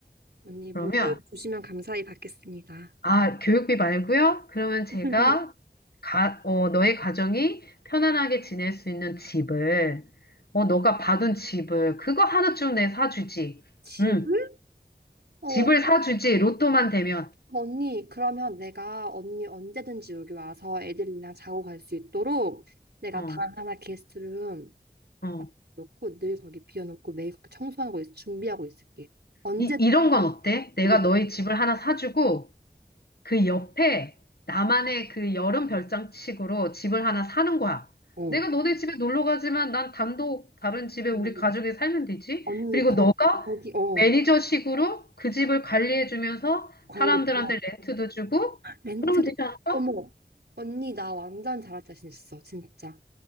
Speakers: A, on the right; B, on the left.
A: 언니 모두
B: 그러면,
A: 주시면 감사히 받겠습니다.
B: 아, 교육비 말고요? 그러면 제가,
A: <laughs>
B: 가, 어, 너의 가정이 편안하게 지낼 수 있는 집을, 어, 너가 받은 집을, 그거 하나쯤 내 사주지.
A: 집을?
B: 응.
A: 어,
B: 집을 사주지. 로또만 되면.
A: 언니, 그러면 내가 언니 언제든지 여기 와서 애들이랑 자고 갈 수 있도록 내가
B: 어,
A: 방 하나 게스트룸
B: 어.
A: 딱 놓고 늘 거기 비워놓고 매일 그렇게 청소하고 있, 준비하고 있을게. 언제
B: 이, 이런 건 어때? 내가
A: 애들이
B: 너의 집을 하나 사주고, 그 옆에 나만의 그 여름 별장식으로 집을 하나 사는 거야.
A: 어
B: 내가 너네 집에 놀러 가지만 난 단독 다른 집에
A: 한번-
B: 우리 가족이 살면 되지.
A: 언니
B: 그리고
A: 거,
B: 너가
A: 거기 어
B: 매니저식으로 그 집을 관리해주면서
A: 관리
B: 사람들한테
A: 맨날
B: 렌트도 주고
A: 렌트도
B: 그러면 되지 않을까?
A: 어머 언니 나 완전 잘할 자신 있어 진짜.